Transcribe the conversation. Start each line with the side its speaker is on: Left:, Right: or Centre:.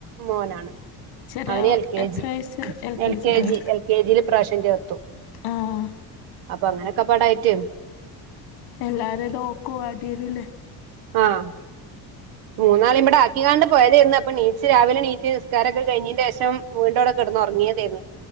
Right: മോനാണ്
Left: ചെറിയ
Right: അവന് എൽ കെ
Left: എത്ര
Right: ജി
Left: വയസ്സ്
Right: എൽ കെ
Left: ആഹ്
Right: ജി എൽ കെജില് ഇപ്രാവിശ്യം ചേർത്തു
Left: ആഹ്
Right: അപ്പൊങ്ങനെക്കെ പാടായിട്ട്
Left: എല്ലാരെതോക്കോ അടിയരുല്ലേ
Right: ആഹ് മൂന്നാളെ ഇവ്ടെ ആക്കിങ്ങാണ്ട് പോയതര്ന്നു അപ്പൊണീച്ച് രാവിലെ ണീ റ്റ് നിസ്കാരൊക്കെ കഴിഞ്ഞെന്റെശം വീണ്ടവുടെ കേട്ന്ന്ഒർങ്ങെതേര്ന്നു